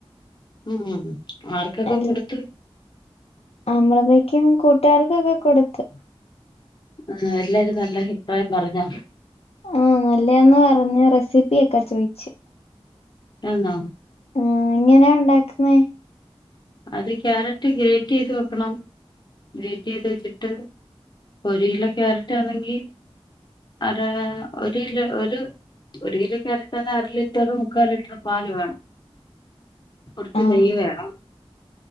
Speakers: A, on the left; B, on the left.
A: ഉം ഉം ആർക്കൊക്കെ
B: അൽ
A: കൊടുത്ത്
B: അമൃതക്കും കൊ ർകൊ കൊടുത്ത്
A: ആ എല്ലാരും നല്ല അഭിപ്രായം പറഞ്ഞോ
B: ആ നല്ലയാന്ന് പറഞ് റെസിപ്പിയൊക്കാ ചോയിച്ചു
A: ആണോ
B: ആ എ ങ്ങനെ ഉണ്ടാക്ക നെ
A: അത് ക്യാരറ്റ് ഗ്രേറ്റ് ചെയ്ത് വെക്കണം ഗ്രേറ്റ് ചെയ്ത് വെച്ചിട്ട് ഒരു കിലോ ക്യാരറ്റ്ണെങ്കിൽ അര ഒരു കിലോ ഒരു ഒരു കിലോ ക്യാരറ്റ് ആണ അര ലിറ്റർ മുക്കാൽ ലിറ്റർ പാല് വേണം കുറച്ച്
B: ആ
A: നെയ്യ് വേണം